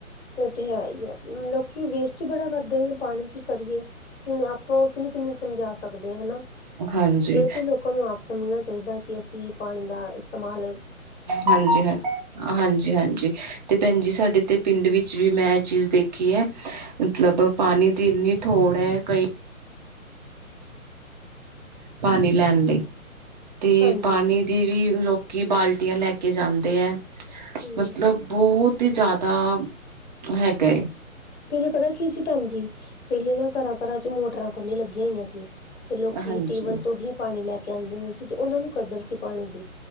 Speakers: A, on the left (about 50°); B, on the right (about 30°).
A: ਓ ਤੇ ਹੈ ਈ ਐ। ਲੋਕ- ਕੀ ਵੇਸਟ ਈ ਬੜਾ ਕਰਦੇ ਨੇ ਪਾਣੀ, ਕੀ ਕਰੀਏ ਹੁਣ ਆਪਾਂ ਓ ਕਿਨੂੰ-ਕਿਨੂੰ ਸਮਝਾ ਸਕਦੇ ਆਂ ਹਨਾ।
B: ਹਾਂਜੀ
A: ਏ ਤੇ ਲੋਕਾਂ ਨੂੰ ਆਪ ਸਮਝਣਾ ਚਾਈਦਾ ਕਿ ਅਸੀਂ ਪਾਣੀ ਦਾ ਏਸਤਮਾਲ
B: ਹਾਂਜੀ ਹਾਂਜੀ। ਹਾਂਜੀ ਹਾਂਜੀ ਤੇ ਭੈਣ ਜੀ ਸਾਡੇ ਤੇ ਪਿੰਡ ਵਿੱਚ ਵੀ ਮੈਂ ਐ ਚੀਜ਼ ਦੇਖੀ ਐ। ਮਤਲਬ ਪਾਣੀ ਦੀ ਇੰਨੀਂ ਥੋੜ ਐ ਕਈ
A: <inaudible>
B: ਪਾਣੀ ਲੈਣ ਲਈ, ਤੇ
A: ਹਾਂਜੀ
B: ਪਾਣੀ
A: ਹਾਂਜੀ
B: ਦੀ ਵੀ ਲੋਕੀ ਬਾਲਟੀਆਂ ਲੈ ਕੇ ਜਾਂਦੇ ਐ।
A: ਹਮ
B: ਮਤਲਬ ਬੋਤ ਈ ਜ਼ਾਦਾ ਹੈਗਾ ਏ।
A: ਪੈਲੇ ਪਤਾ ਕੀ ਸੀ ਭੈਣ ਜੀ, ਪੈਲੇ ਨਾ ਘਰਾਂ-ਘਰਾਂ 'ਚ ਮੋਟਰਾਂ ਕੋਈ ਨੀ ਲੱਗੀਆਂ ਹੋਈਆਂ ਸੀ। ਤੇ ਲੋਕੀ
B: ਹਾਂਜੀ,
A: ਟਿਊਵੈਲ ਤੋਂ ਹੀ ਪਾਣੀ ਲੈ ਕੇ ਆਂਦੇ ਹੁੰਦੇ ਸੀ, ਤੇ ਓਨਾਂ ਨੂੰ ਕਦਰ ਸੀ ਪਾਣੀ ਦੀ।